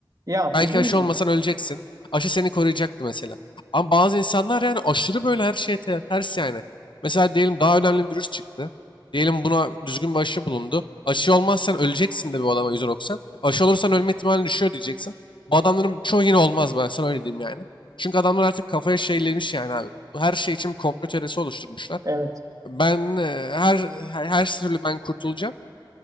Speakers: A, on the right; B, on the left.
A: Ya
B: Belki
A: dediğin
B: aşı
A: gibi.
B: olmasan öleceksin. Aşı seni koruyacaktı mesela. Ama bazı insanlar yani aşırı böyle her şeye ter- ters yani. Mesela diyelim daha önemli bir virüs çıktı. Diyelim buna düzgün bir aşı bulundu. Aşı
A: Hı hı.
B: olmazsan öleceksin de bu adama yüzde doksan. Aşı olursan ölme ihtimali düşüyor diyeceksin. Bu adamların çoğu yine olmaz ben sana öyle diyeyim yani. Çünkü adamlar artık kafaya şeylemiş yani abi. Bu Her şey için bir komplo teorisi oluşturmuşlar.
A: Evet.
B: Ben e, her her, her türlü ben kurtulacağım.